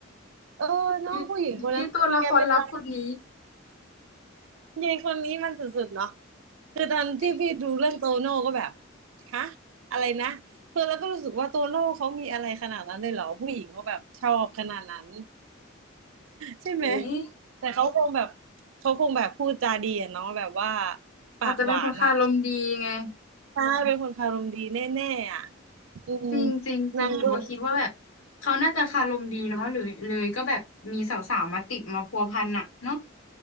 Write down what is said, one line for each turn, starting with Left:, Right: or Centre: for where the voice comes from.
Right: เออน้องผู้หญิงคนนั้นคือแกเป็นไร
Left: <laughs> ยียีตัวละครลับคนนี้
Right: ยายคนนี้มันสุดๆเนาะคือตอนที่พี่ดูเรื่องโตโน่ก็แบบ
Left: จริง
Right: ฮะอะไรนะคือแล้วก็รู้สึกว่าโตโน่เขามีอะไรขนาดนั้นเลยเหรอผู้หญิงเขาแบบชอบขนาดนั้นใช่ไหม
Left: ผม
Right: แต่เขาคงแบบเขาคงแบบพูดจาดีอะเนาะแบบว่าปากหวานอะ
Left: อาจจะเป็นคนคารมดีไง
Right: ใช่เป็นคนคารมดีแน่ๆอะอืม
Left: จริงจริงจริงหนูก็คิดว่าแบบ
Right: นางก็
Left: เขาน่าจะคารมดีเนาะหรือเลยก็แบบมีสาวๆมาติดมาพัวพันอ่ะเนาะ